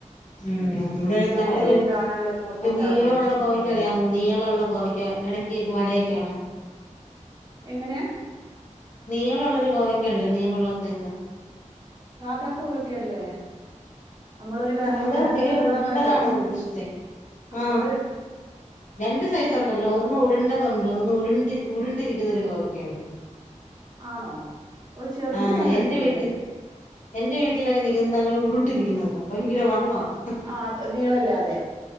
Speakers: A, on the left; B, on the right.
A: ഉ നല്ല
B: ഉണ്ടാണല്ലോന്ന് ഓർത്തിട്ട്
A: നീളുള്ള
B: അവിടെ വെച്ചു
A: ഗോവയ്ക്ക് അറിയാമോ നീളുള്ള ഗോവയ്ക്ക് ഇടക്ക് വരയൊക്കെയ ഉള്ള
B: എങ്ങനെയാ
A: നീളള്ളൊരു കോവക്ക ഉണ്ടല്ലോ നീളള്ള സൈസ
B: സാധാ കോവെക്കല്ലേ നമ്മളൊ ഒരു വിരലിന്റെക്കെ
A: സാധാ
B: അത്ര
A: എങ്ങനെ
B: നീളള്ളല്ലേ
A: ഉരുണ്ടതാണോ ഉദ്ദേശിച്ചേ
B: നമ്മള
A: ആഹ്
B: ഒരു
A: രണ്ട് സൈസ ഉണ്ടല്ലോ ഒന്ന് ഉടണ്ടതുണ്ട് ഒന്ന് ഉ ഉടണ്ടിരിക്കുന്നൊ ഒരു കോ കേന്ത്
B: ആണോ ഒരു ചെറുത്
A: ആഹ്
B: ഞാൻ കണ്ടിട്ടുണ്ട്
A: എന്റെ വീട്ടിൽ എൻന്റെ വീട്ടിലൊക്കെ നങ്ങ നല്ലോണം ഉടണ്ടിരിക്ക <unintelligible>
B: ആ അത് നീളല്ലാതെ